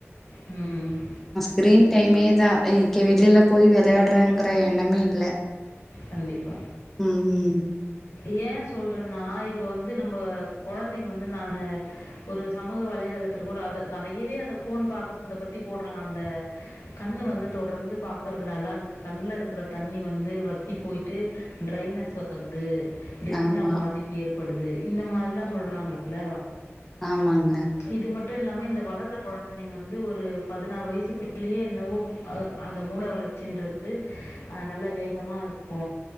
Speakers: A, on the left; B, in the centre.
A: ம்
B: கிரீன் டைமே தான் இ வெளில போய் விளையாடுறங்கிற எண்ணமே இல்ல
A: கண்டிப்பா
B: ம் ம்
A: ஏ சொல்றனா இப்ப வந்து நம்ப கொழந்தைங்க வந்து நானு ஒரு சமூக வலைதளத்துல கூட அத நெறையவே அத ஃபோன் பாக்கறத பத்தி போட்றா அந்த கண்ணு வந்து தொடர்ந்து பாக்கறதனால அந்த கண்ல இருக்கறத் தண்ணி வந்து வத்திப் போயிட்டு டிரைனஸ் வருது ரெட்டினா
B: ஆமா
A: பாதிப்பு ஏற்படுது இந்த மாரிலா சொல்றாங்கல்ல
B: ஆமாங்க
A: இது மட்டு இல்லாம இந்த வளர்றக் கொழந்தைங்க வந்து ஒரு பதுனாறு வயசுக்குள்ளியே என்னவோ அ அந்த மூள வளர்ச்சின்றது அ நல்ல வேகமா இருக் கு